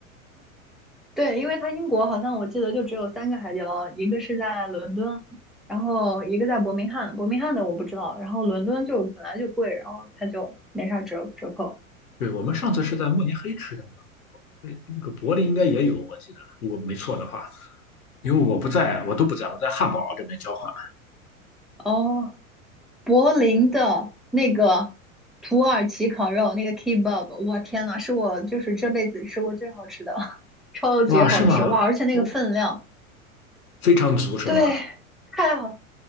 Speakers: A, in the centre; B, on the left.
A: 对，因为它英国好像我记得就只有三个海底捞，一个是在伦敦，然后一个在伯明翰，伯明翰的我不知道，然后伦敦就本来就贵，然后它就没啥折折扣。
B: 对，我们上次是在慕尼黑吃的嘛，对，那个柏林应该也有，我记得，如果没错的话，因为我不在，我都不在，我在汉堡这边交换。
A: 哦，柏林的那个土耳其烤肉，那个 kebab，我天呐，是我就是这辈子吃过最好吃的，<laughs> 超级好吃，
B: 哇，是吗？
A: 哇！而且那个分量，
B: 哦，非常足是吗？
A: 对，太好